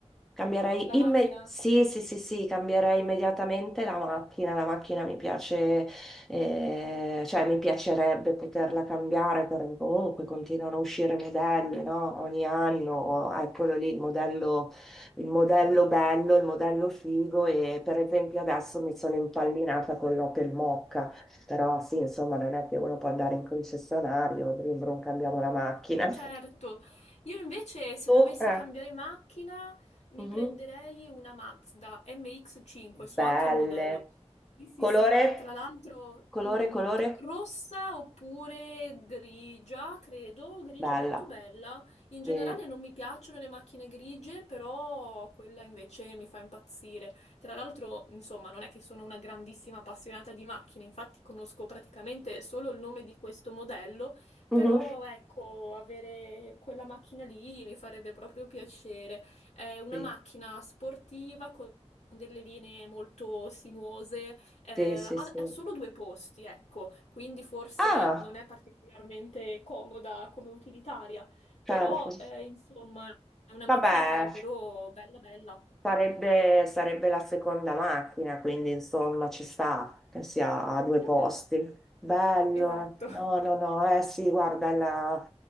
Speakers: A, in the centre; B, on the left.
A: Cambierei
B: La macchina?
A: imme- sì, sì, sì, sì, cambierei immediatamente la macchina. La macchina mi piace, eh, cioè mi piacerebbe poterla cambiare perché comunque continuano a uscire modelli, no? Ogni anno, eccolo lì il modello, il modello bello, il modello figo e per esempio adesso mi sono impallinata con l'Opel Mokka, però sì, insomma, non è che uno può andare in concessionario, brum brum, cambiamo la macchina.
B: Certo,
A: <laughs>
B: io invece se
A: Tu?
B: dovessi
A: Eh.
B: cambiare macchina mi
A: Mhm.
B: prenderei una Mazda MX-5, so
A: Belle.
B: anche il modello. Sì, sì,
A: Colore?
B: sì, tra l'altro
A: Colore,
B: mh,
A: colore?
B: rossa oppure grigia, credo, grigia
A: Bella.
B: è molto bella. In
A: Sì.
B: generale non mi piacciono le macchine grigie, però quella invece mi fa impazzire. Tra l'altro, insomma, non è che sono una grandissima appassionata di macchine, infatti conosco praticamente solo il nome di questo modello. Però
A: Mhm.
B: ecco, avere quella macchina lì mi farebbe proprio piacere. È una
A: Sì,
B: macchina sportiva con delle linee molto sinuose, eh, ha,
A: sì, sì,
B: ha
A: sì.
B: solo due posti, ecco, quindi forse
A: Ah,
B: non è particolarmente comoda come utilitaria, però
A: certo.
B: eh, insomma è una macchina
A: Vabbè,
B: che è davvero bella bella.
A: sarebbe, sarebbe la seconda macchina, quindi insomma ci sta che sia a due
B: Mhm,
A: posti. Bello.
B: esatto.
A: eh. No, no, no. Eh sì, guarda, la,